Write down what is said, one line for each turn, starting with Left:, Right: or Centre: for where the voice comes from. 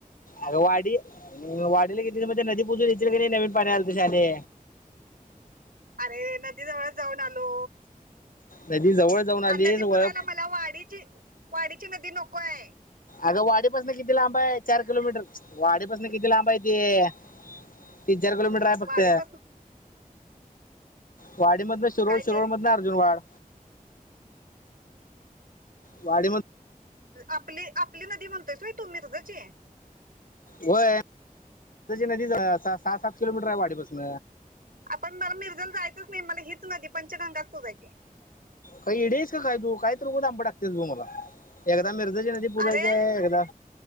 Left: अग वाडी वाडीला घेतली मग ते नदी पुजून घेततील की नाही नवीन पाणी आलत शाने
Right: अरे नदी जवळच जाऊन आलो
Left: नदी जवळ जाऊन आली
Right: आ नदी
Left: वळ
Right: पूजायला मला वाडीची वाडीची नदी नको आहे
Left: अगं वाडीपसून किती लांब आहे चार किलोमीटर वाडीपासून किती लांब आहे ते तीन चार किलोमीटर आहे फक्त
Right: वाडीपसून
Left: वाडी मधून शिरोळ
Right: काय
Left: शिरोळ
Right: ते
Left: मधन अर्जुनवाड वाडी मधनं
Right: आपली नदी म्हणतोयस व्हय तू मिरजेची
Left: होय नदी सहा सात किलोमीटर आहे वाडीपासून
Right: आपण मला मिरजेला जायचं नाही मला हेच पंचगंगाच नदी पुजायचे
Left: काही इडीस काय तू काय तर र उगं दथांब टाकतेस तू मला एकदा मिर्जाची नदी पुजायची
Right: अरे
Left: आहे एकदा